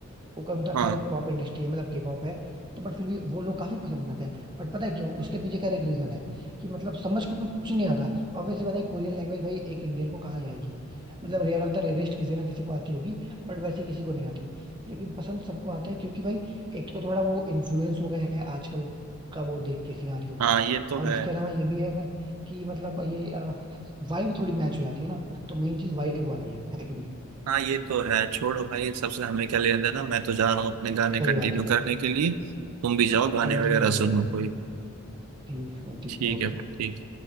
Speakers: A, on the right (about 20°); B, on the right (about 80°).
A: उनका उनका
B: हाँ
A: खैर पॉप इंडस्ट्री है मतलब के पॉप है तो बट फिर भी वो लोग काफी पसंद करते हैं बट पता है क्यों उसके पीछे खैर एक रीजन है कि मतलब समझ को कुछ नहीं आता ऑब्वियसली बात है कोरियन लैंग्वेज भाई एक इंडियन को कहाँ ही आएगी मतलब रेयर ऑफ द रेयरेस्ट किसी ना किसी को आती होगी बट वैसे किसी को नहीं आती लेकिन पसंद सबको आता है क्योंकि भाई एक तो थोड़ा वो इन्फ्लुएंस हो गए हैं आजकल का वो देख के सिनारियो
B: हाँ ये तो
A: और
B: है
A: उसके अलावा ये भी है कि मतलब ये वाइब थोड़ी मैच हो जाती है ना तो मेन चीज वाइब वाली है है कि नहीं
B: हाँ ये तो है छोड़ो भाई सबसे हमें क्या लेना देना मैं तो जा रहा हूँ अपने गाने
A: सही
B: कंटिन्यू
A: बात है भाई
B: करने के लिए तुम भी जाओ गाने
A: कंटिन्यू
B: वगैरह सुनो
A: करो भाई
B: कोई
A: ठीक है ठीक
B: ठीक
A: है ओके
B: है ठीक